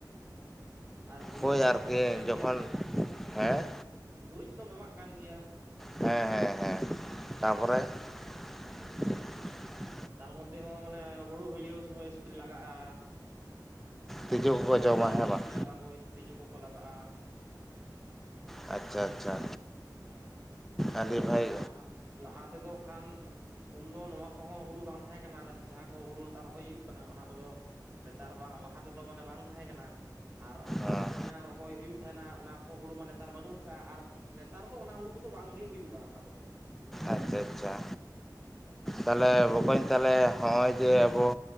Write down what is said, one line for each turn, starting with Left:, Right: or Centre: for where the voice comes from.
Right: ᱟᱨ ᱜᱩᱨᱤᱡ
Centre: ᱦᱳᱭ
Right: ᱛᱚᱢ
Centre: ᱟᱨᱠᱤ
Right: ᱮᱢᱟᱜ ᱠᱟᱱ
Centre: ᱡᱚᱠᱷᱚᱱ
Right: ᱜᱮᱭᱟ ᱱᱟᱦᱟᱜ
Centre: ᱦᱮᱸ
Right: ᱜᱩᱨᱤᱡ ᱫᱚᱢ ᱮᱢᱟᱜ ᱠᱟᱱ ᱜᱮᱭᱟ
Centre: ᱦᱮᱸ ᱦᱮᱸ
Right: ᱦᱩᱸ
Centre: ᱦᱮᱸ ᱛᱟᱯᱚᱨᱮ
Right: ᱛᱟᱨ ᱢᱚᱫᱽᱫᱷᱮ ᱦᱚᱸ ᱢᱟᱱᱮ ᱦᱩᱲᱩ ᱦᱟᱹᱞᱭᱟᱹᱣ ᱥᱚᱢᱚᱭ ᱥᱯᱨᱮ ᱞᱟᱜᱟᱜᱼᱟ
Centre: ᱛᱤᱡᱩ ᱠᱚᱠᱚ
Right: ᱦᱮᱲᱦᱮᱫ
Centre: ᱡᱚᱢᱟ
Right: ᱛᱟᱭᱚᱢ
Centre: ᱦᱮᱸ ᱵᱟᱝ
Right: ᱥᱯᱨᱮ ᱞᱟᱜᱟᱜᱼᱟ ᱦᱳᱭ ᱛᱤᱡᱩ ᱠᱚᱠᱚ ᱞᱟᱜᱟᱜᱼᱟ᱾
Centre: ᱟᱪᱪᱷᱟ ᱟᱪᱪᱷᱟ
Right: ᱦᱮᱸ ᱛᱚ
Centre: ᱟᱹᱰᱤ ᱵᱷᱟᱹᱜᱤ
Right: ᱞᱟᱦᱟ ᱞᱟᱦᱟ ᱛᱮᱫᱚ ᱠᱷᱟᱱ ᱩᱱᱫᱚ ᱱᱚᱣᱟ ᱠᱚᱦᱚᱸ ᱦᱩᱲᱩ ᱵᱟᱝ ᱛᱟᱦᱮᱸ ᱠᱟᱱᱟ ᱡᱟᱦᱟᱸ ᱠᱚ ᱦᱩᱲᱩ ᱱᱮᱛᱟᱨ ᱨᱚᱦᱚᱭ ᱦᱩᱭᱩᱜ ᱠᱟᱱᱟ ᱚᱱᱟ ᱠᱚᱫᱚ ᱱᱮᱛᱟᱨ ᱵᱟᱝ ᱞᱟᱦᱟ ᱛᱮᱫᱚ ᱢᱟᱱᱮ ᱵᱟᱝ ᱛᱟᱦᱮᱸ ᱠᱟᱱᱟ᱾ ᱟᱨ ᱞᱟᱦᱟᱛᱮ
Centre: ᱦᱮᱸ
Right: ᱡᱟᱦᱟᱸ ᱨᱚᱦᱚᱭ ᱦᱩᱭᱩᱜ ᱛᱟᱦᱮᱱᱟ ᱚᱱᱟ ᱠᱚ ᱦᱩᱲᱩ ᱢᱟ ᱱᱮᱛᱟᱨ ᱵᱟᱹᱱᱩᱜ ᱠᱟᱜᱼᱟ ᱟᱨ ᱱᱮᱛᱟᱨ ᱫᱚ ᱚᱱᱟ ᱦᱩᱲᱩ ᱠᱚ ᱫᱚ ᱵᱟᱝᱜᱮ ᱦᱩᱭᱩᱜᱼᱟ ᱚᱱᱟ ᱠᱚᱫᱚ
Centre: ᱟᱪᱪᱷᱟ ᱟᱪᱪᱷᱟ ᱛᱟᱦᱞᱮ ᱵᱚᱠᱚᱧ ᱛᱟᱦᱚᱞᱮ ᱦᱚᱸᱜᱼᱚᱭ ᱡᱮ ᱟᱵᱚ